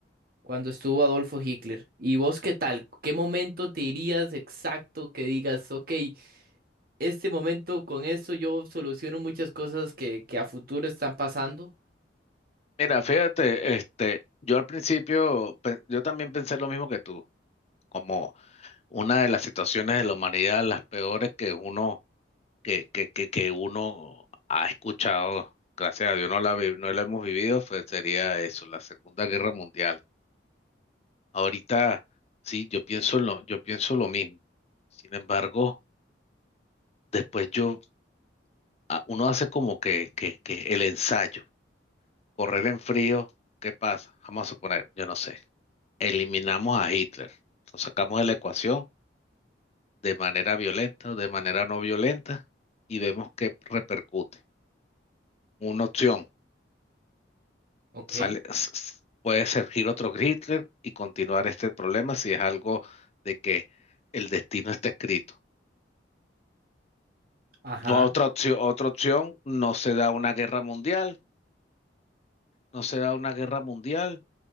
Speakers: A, on the right (about 50°); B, on the left (about 35°).
A: cuando estuvo Adolfo Hitler. ¿Y vos qué tal? ¿Qué momento te irías exacto que digas, ok, este momento con esto yo soluciono muchas cosas que, que a futuro están pasando?
B: Mira, fíjate, este, yo al principio, pe- yo también pensé lo mismo que tú, como una de las situaciones de la humanidad, las peores que uno que, que, que, que uno ha escuchado, gracias a Dios no la, vi- no la hemos vivido, fue- sería eso, la Segunda Guerra Mundial. Ahorita, sí, yo pienso lo, yo pienso lo mismo. Sin embargo, después yo, a- uno hace como que, que, que el ensayo, correr en frío, ¿qué pasa? Vamos a suponer, yo no sé, eliminamos a Hitler, lo sacamos de la ecuación de manera violenta o de manera no violenta y vemos qué repercute. Una opción
A: Ok,
B: sale, s- s- puede surgir otro Hitler y continuar este problema si es algo de que el destino está escrito.
A: ajá,
B: Otra opción, otra opción, no se da una guerra mundial, no se da una guerra mundial,